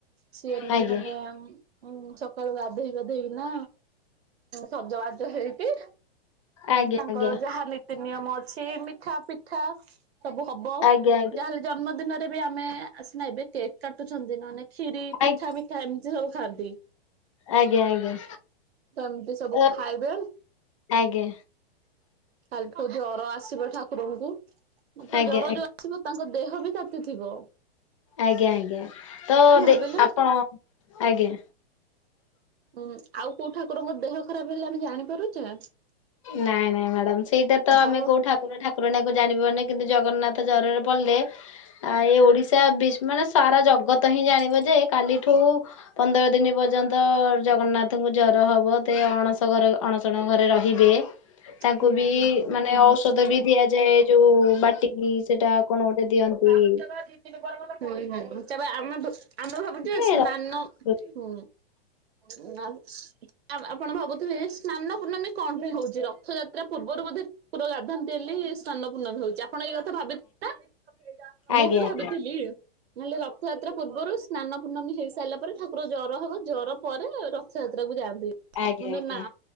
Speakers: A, on the right (about 75°); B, on the left (about 35°).
A: ସେ ଏମତି
B: ଆଜ୍ଞା
A: ମାନେ ଉ ସ ସକାଳୁ ଗାଧେଇ ପାଧେଇକିନା ସଜବାଜ ହେଇକି
B: ଆଜ୍ଞା
A: ତାଙ୍କର
B: ଆଜ୍ଞା।
A: ଯାହା ନୀତି ନିୟମ ଅଛି ମିଠା ପିଠା ସବୁ
B: ଆଜ୍ଞା
A: ଯାହାେଲେ ଜନ୍ମଦିନରେ ବି ଆମେ ଆ ସିନା ଏବେ କେକ୍ କାଟୁଛନ୍ତି ନନେ ଖିରି
B: ଆଜ୍ଞା
A: ପିଠା ମିଠା ଏମିତି ସବୁ ଖାଆନ୍ତି।
B: ଆଜ୍ଞା ଆଜ୍ଞା।
A: ଏମିତି ସବୁ
B: ଅ,
A: ଖାଇବେ।
B: ଆଜ୍ଞା।
A: କାଲି ଠୁ ଜର ଆସିବ ଠାକୁରଙ୍କୁ ତ
B: ଆଜ୍ଞା
A: ଜର
B: ଆଜ୍ଞା
A: ଯୋଉ ଆସିବ ତାଙ୍କ ଦେହ ହ ବି ତାତି ଥିବ।
B: ଆଜ୍ଞା ଆଜ୍ଞା ତ ଦେ
A: ଭାବିଲେ
B: ଆପଣ ଆଜ୍ଞା।
A: ଉଁ ଆଉ କୋଉ ଠାକୁରଙ୍କ ଦେହ ଖରାପ ହେଲେ ଆମେ ଜାଣିପାରୁଛେ?
B: ନାଇଁ ନାଇଁ ମ୍ୟାଡାମ ସେଇଟା ତ
A: ଭାବ
B: ଆମେ କୋଉ ଠାକୁର ଠାକୁର ଜାଣିବନି କିନ୍ତୁ ଜଗନ୍ନାଥ ଜରରେ ପଡିଲେ ଆ ଏ ଓଡିଶା ବିସ ମାନେ ସାରା ଜଗତ ହିଁ ଜାଣିବ ଯେ କାଲିଠୁ ପନ୍ଦର ଦିନ ପର୍ଯ୍ୟନ୍ତ ଜଗନ୍ନାଥଙ୍କୁ ଜର ର ହବ ଦେ ଅଣସ ଘରେ ଅଣସଣ ଘରେ ରହିବେ। ତାଙ୍କୁ
A: ହୁଁ
B: ବି
A: ହୁଁ। ହୁଁ ହୁଁ
B: ମାନେ ଔଷଧ ବି ଦିଆଯାଏ ଯୋଉ ବାଟିକି ସେଟା କଣ ଗୋଟେ ଦିଅନ୍ତି।
A: <unintelligible> ହୁଁ ହୁଁ ହୁଁ ତାପରେ ଆମେ ଆମେ ଭାବୁଛ
B: ଏ
A: ସ୍ନାନ
B: ରଖନ୍ତୁ।
A: ହୁଁ। ଉଁ ଆପଣ ଭାବୁଥିବେ ସ୍ନାନ ପୂର୍ଣ୍ଣମୀ କଣ ହଉଛି ରଥଯାତ୍ରା ପୂର୍ବରୁ ବୋଧେ ଠାକୁର ଗାଧାନ୍ତି ହେଲେ ସ୍ନାନ ପୂର୍ଣ୍ଣ ହଉଛି। ଆପାଣ ଏ କଥା ଭାବି ନା ମୁଁ
B: ଆଜ୍ଞା
A: ବି ଭାବିଥିଲି
B: ଆଜ୍ଞା
A: ହେଲେ ରଥଯାତ୍ରା ପୂର୍ବରୁ ସା ନ ପୂର୍ଣ୍ମୀ ହେଇ ସାରିଲା ପରେ ଠାକୁର ଜର ହେବ ଜର ପରେ ରଥଯାତ୍ରାକୁ ଯାଆନ୍ତି।
B: ଆଜ୍ଞା
A: କିନ୍ତୁ
B: ଆଜ୍ଞା।
A: ନା